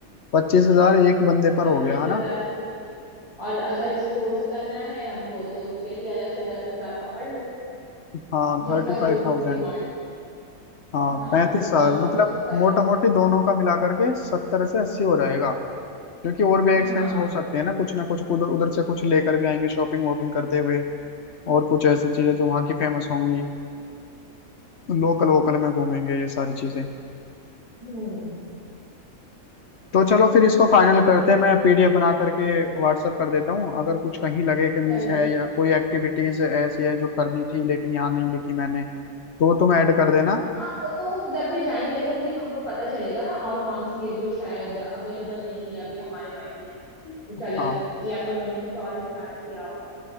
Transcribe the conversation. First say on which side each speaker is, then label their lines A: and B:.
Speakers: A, on the left (about 55°); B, on the left (about 90°).
A: पच्चीस हजार एक बंदे पर
B: पच्चीस
A: हो गया है
B: हजार
A: ना
B: तो और अगर स्पोर्ट्स करना है हमको तो उसके लिए अलग से दस हजार पकड़ लो
A: हाँ
B: जिसका
A: थर्टी फाइव
B: जो
A: थाउजेंड
B: डिमांड
A: हाँ
B: हाँ
A: पैंतीस
B: मतलब
A: हजार
B: ऑलमोस्ट
A: मतलब मोटा मोटी दोनों का मिला करके सत्तर से अस्सी हो जाएगा क्योंकि और भी एक्सपेंस
B: हाँ
A: हो सकते हैं ना कुछ ना कुछ उधर उधर से कुछ लेकर भी आएंगे शॉपिंग वॉपिंग करते हुए और कुछ ऐसी चीजें जो वहाँ की फेमस होंगी लोकल वोकल में घूमेंगे ये सारी चीजें
B: हम्म
A: तो चलो फिर इसको फाइनल करते हैं मैं पीडीएफ बना करके व्हाट्सअप कर देता हूँ अगर कुछ कहीं लगे कि मिस
B: चलेगा
A: है या कोई एक्टिविटीज ऐसी है जो करनी थी लेकिन यहाँ नहीं लिखी मैंने तो वो तुम ऐड कर देना
B: हाँ वो तो उधर पे जाएंगे तो भी हमको पता चलेगा ना और कौन सी है जो शायद अवेलेबल नहीं है अभी हमारे माइंड में नहीं आ रही है कुछ अलग
A: हाँ
B: या तो उन्होंने कुछ और स्टार्ट किया हो